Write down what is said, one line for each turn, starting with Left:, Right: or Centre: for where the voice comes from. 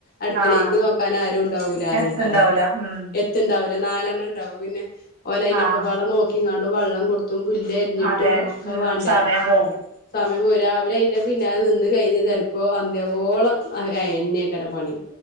Left: അടുക്കളക്ക്
Right: ആഹ്
Left: നോക്കാൻ ആരും ഉണ്ടാവൂല അതയ്ക്കാരം
Right: എത്ത്ണ്ടാവൂല ഉം
Left: എത്തുണ്ടാവ നാലെണ്ണം ഉണ്ടാവും പിന്നെ ഓലയിനെ
Right: ആഹ്
Left: ഒക്കൊപാടെ നോക്കിങ്ങാണ്ട്‌ വെള്ളം കൊടുത്ത ത്തും പുല്ലരിഞ്ഞിട്ടും
Right: അതെ
Left: ഒക്കെ
Right: ഉം
Left: വേണ്ടേ
Right: സമയം പോകും
Left: സമയം രാവിലെ അയിന്റെ പിന്നാല് നിന്ന് കഴിഞ്ഞ ചിലപ്പോ അന്ത്യാവോളം ആയെന്നെയ്ക്കാരം പണി